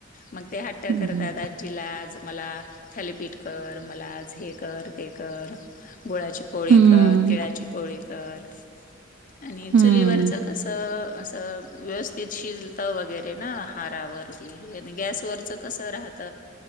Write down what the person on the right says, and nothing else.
हम्म
हम्म
हम्म